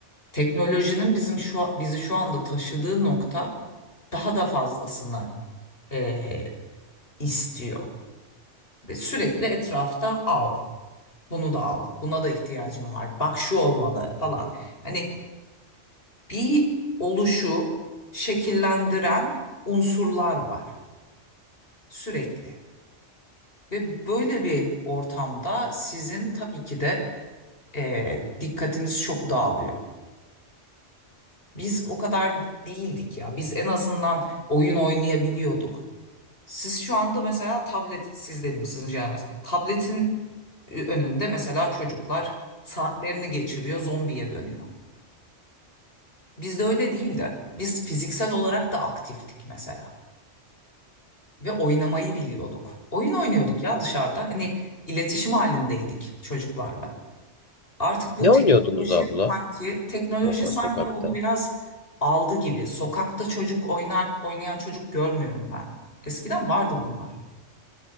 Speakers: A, on the left (about 50°); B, on the left (about 35°).
A: teknolojinin bizim şu bizi şu anda taşıdığı nokta daha da fazlasını e, istiyor. Ve sürekli etrafta al, bunu da al, buna da ihtiyacım var. Bak şu olmalı falan. Hani bir oluşu şekillendiren unsurlar var sürekli. Ve böyle bir ortamda sizin tabii ki de e, dikkatiniz çok dağılıyor. Biz o kadar değildik ya. Biz en azından oyun oynayabiliyorduk. Siz şu anda mesela tablet, siz dedim sizin jenerasyon. Tabletin önünde mesela çocuklar saatlerini geçiriyor, zombiye dönüyor. Bizde öyle değildi. Biz fiziksel olarak da aktiftik mesela. Ve oynamayı biliyorduk. Oyun oynuyorduk ya dışarıda. Hani iletişim halindeydik çocuklarla. Artık bu
B: Ne
A: teknoloji
B: oynuyordunuz abla?
A: sanki teknoloji
B: Mesela
A: sanki
B: sokakta.
A: onu biraz aldı gibi. Sokakta çocuk oynar oynayan çocuk görmüyorum ben. Eskiden vardı bunlar.